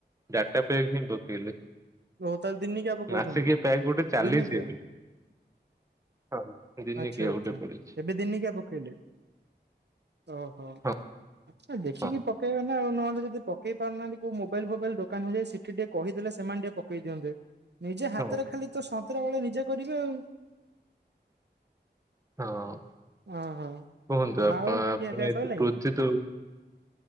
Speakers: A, on the right; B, on the right.
A: ଡାଟା ପେକ୍ ପୁଣି ପକେଇଲେ।
B: ଓ ତାହେଲେ ଦିନିକିଆ ପକଉଛନ୍ତି
A: ମାସିକିଆ ପ୍ୟାକ୍ ଗୋଟେ ଚାଲିଛି
B: ଦିନିକିଆ।
A: ଏବେ ହଁ, ଦିନିକିଆ
B: ଆଚ୍ଛା ଆଚ୍ଛା
A: ଗୋଟେ ପଡିଛି
B: ଏବେ ଦିନିକିଆ ପକ ଇଲେ ଓହୋ
A: ହଁ
B: ଆପଣ ଦେଖିକି
A: ହଁ
B: ପକେଇବେ ନା। ନା ଆଉ ନହେଲେ ଯଦି ପକେଇ ପାରୁନାହାନ୍ତି କୋଉ ମୋବାଇଲ ଫୋବାଇଲ ଦୋକାନକୁ ଯାଇ ସେଠି ଟିକେ କହିଦେଲେ ସେମାନେ ଟିକେ ପକେଇ ଦିଅନ୍ତେ। ନିଜେ ହାତରେ
A: ହଁ
B: ଖାଲି ତ ସତରା ବେଳେ ନିଜେ କରିବେ ଆଉ।
A: ହଁ
B: ଓ ହୋ
A: କୁହନ୍ତୁ ଆପଣ
B: ଆଉ ଖିଆପିଆ
A: ଆପଣ ଏତେ
B: ସରିଲାଣି?
A: କ୍ରୋଧିତ